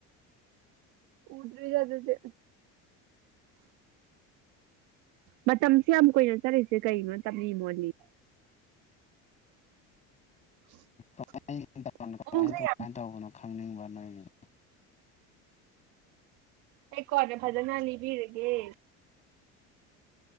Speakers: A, on the right (about 80°); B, on the left (about 25°).
A: ꯎꯗ꯭ꯔꯤꯗ ꯑꯗꯨꯗꯤ ꯃꯇꯝ ꯑꯁꯨꯛꯌꯥꯝ ꯀꯨꯏꯅ ꯆꯠꯂꯤꯁꯦ ꯀꯩꯒꯤꯅꯣ ꯇꯞꯂꯤ ꯃꯣꯜꯂꯤ <inaudible>
B: ꯀꯃꯥꯏ ꯀꯃꯥꯏ
A: ꯄꯨꯡꯁꯦ
B: ꯀꯃꯥꯏꯅ
A: ꯌꯥꯝ
B: ꯇꯧꯕꯅꯣ ꯈꯪꯅꯤꯡꯕ ꯅꯣꯏꯒꯤꯗꯣ
A: ꯑꯩ ꯀꯣꯟꯅ ꯐꯖꯅ ꯂꯤꯕꯤꯔꯒꯦ